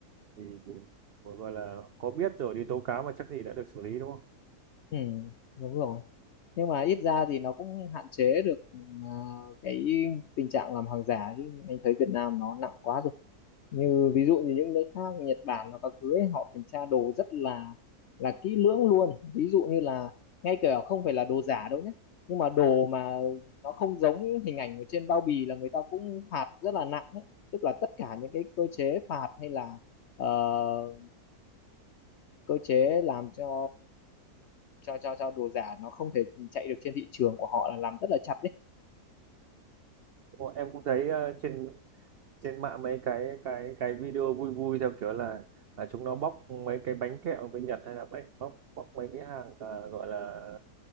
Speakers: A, on the right (about 80°); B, on the left (about 70°).
A: thì, thì gọi là có biết rồi đi tố cáo mà chắc gì đã được xử lý đúng không
B: ừ, đúng rồi nhưng mà ít ra thì nó cũng hạn chế được ờ, cái tình trạng làm hàng giả chứ anh thấy Việt Nam nó nặng quá rồi như ví dụ như những nước khác Nhật Bản hoặc các thứ ấy, họ kiểm tra đồ rất là là kỹ lưỡng luôn ví dụ như là ngay cả không phải là đồ giả đâu nhé nhưng mà đồ mà nó không giống hình ảnh ở trên bao bì là người ta cũng phạt rất là nặng ấy. tức là tất cả những cái cơ chế phạt hay là ờ, cơ chế làm cho cho cho cho đồ giả nó không thể chạy được trên thị trường của họ là làm rất là chặt đấy
A: Đúng rồi, em cũng thấy ờ, trên trên mạng mấy cái cái cái video vui vui theo kiểu là là chúng nó bóc mấy cái bánh kẹo bên Nhật hay là bánh bóc bóc mấy cái hàng ờ, gọi là